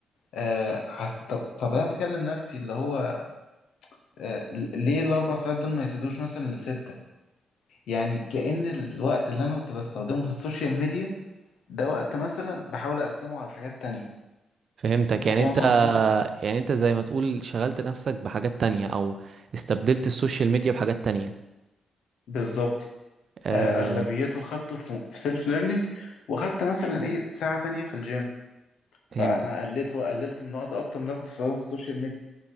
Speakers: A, on the left; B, on the right.
A: أه حسيت طب فبدأت أكلم نفسي اللي هو أه ليه الأربع ساعات دول ما يزيدوش مثلا لستة يعني كأن الوقت اللي أنا كنت بستخدمه في السوشيال ميديا ده وقت مثلا بحاول أقسمه على حاجات تانية
B: فهمتك
A: أنت
B: يعني
A: فاهم
B: انت
A: قصدي؟
B: يعني انت زي ما تقول شغلت نفسك بحاجات تانية او استبدلت السوشيال ميديا بحاجات تانية
A: بالظبط
B: آه...
A: أه أغلبيته خدته في سيلف ليرنينج وخدت مثلا إيه ساعة تانية في الجيم فانا
B: امم
A: قللت وقللت من وقت اكتر من اللي أنا كنت بستخدمه في السوشيال ميديا